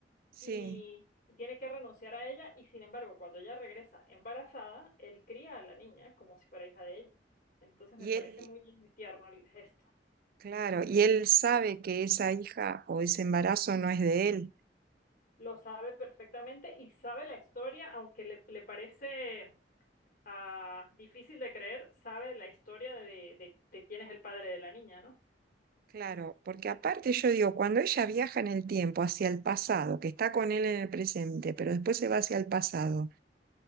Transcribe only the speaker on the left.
y, y tiene que renunciar a ella y sin embargo, cuando ella regresa embarazada, él cría a la niña como si fuera hija de ella. Entonces me
parece
muy, muy tierno el gesto.
lo sabe perfectamente y sabe la historia, aunque le, le parece ah, difícil de creer, sabe la historia de, de, de quién es el padre de la niña, ¿no?